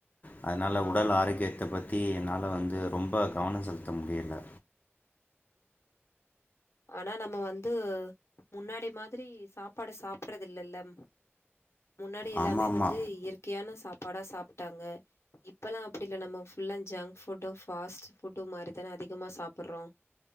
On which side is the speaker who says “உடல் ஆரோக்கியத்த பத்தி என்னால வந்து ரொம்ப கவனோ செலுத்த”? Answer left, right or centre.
Left